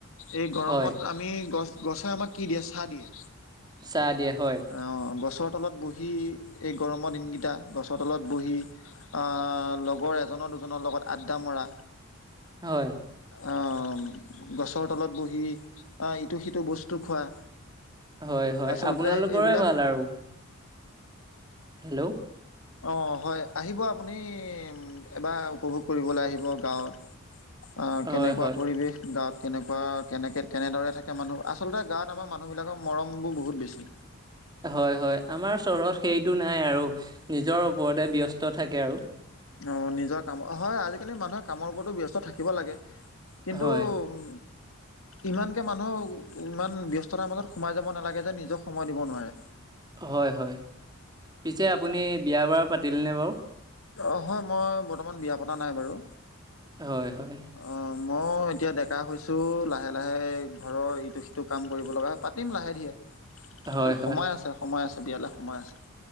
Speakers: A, on the left; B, on the right.
A: এই গৰমত
B: হয়
A: আমি গছ, গছে আমাক কি দিয়ে? ছাঁ দিয়ে।
B: ছাঁ দিয়ে, হয়।
A: অ, গছৰ তলত বহি এই গৰমৰ দিনকেইটা গছৰ তলত বহি আ, লগৰ এজনৰ দুজনৰ লগত আড্ডা মৰা।
B: হয়।
A: আম, গছৰ তলত বহি অ, ইটো সিটো বস্তু খোৱা।
B: হয়। হয়।
A: আচলতে
B: আপোনালোকৰে
A: এইবিলাক
B: ভাল আৰু। হেল্ল'।
A: অ, হয়। আহিব আপুনি, এবাৰ উপভোগ কৰিবলৈ আহিব গাঁও। আ, কেনেকুৱা
B: হয় হয়
A: পৰিৱেশ। গাঁৱত কেনেকুৱা, কেনেকে কেনেদৰে থাকে মানুহ। আচলতে গাঁৱত আমাৰ মানুহবিলাকৰ মৰমবোৰ বহুত বেছি।
B: হয়। হয়। আমাৰ চহৰত সেইটো নাই আৰু নিজৰ ওপৰতে ব্যস্ত থাকে আৰু।
A: অ, নিজৰ কাম। হয়, আজিকালি মানুহে কামৰ ওপৰতো ব্যস্ত থাকিব লাগে। কিন্তু
B: হয়
A: উ
B: <inaudible>
A: ইমানকে মানুহ, ইমান ব্যস্ততাৰ মাজত সোমাই যাব নালাগে যে নিজক সময় দিব নোৱাৰে।
B: হয়। হয়। পিছে আপুনি বিয়া-বাৰ পাতিলেনে বাৰু?
A: অ, হয়। মই বৰ্তমান বিয়া পতা নাই বাৰু।
B: হয়, হয়।
A: অ, মই এতিয়া ডেকা হৈছোঁ। লাহে-লাহে ঘৰৰ ইটো সিটো কাম কৰিব লগা, পাতিম লাহে-ধিয়ে। এ
B: হয় হয়
A: সময় আছে, সময় আছে, বিয়ালৈ সময় আছে।